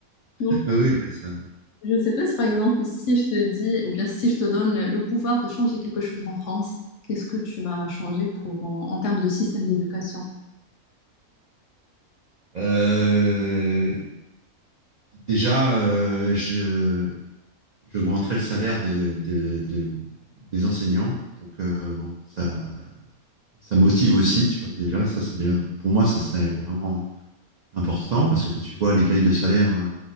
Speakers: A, on the left (about 65°); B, on the right (about 70°).
A: Donc,
B: Ah Oui, ouais, ça.
A: Je ne sais pas si par exemple, si je te dis, ou bien si je te donne le pouvoir de changer quelque chose en France, qu'est-ce que tu vas changer pour, en, en termes de système d'éducation?
B: Euh, déjà, euh, je, j'augmenterai le salaire de- de- de- des enseignants pour que bon, ça, ça motive aussi, tu vois, déjà, ça c'est déjà, pour moi, ça serait vraiment important parce que quand tu vois les grilles de salaire euh,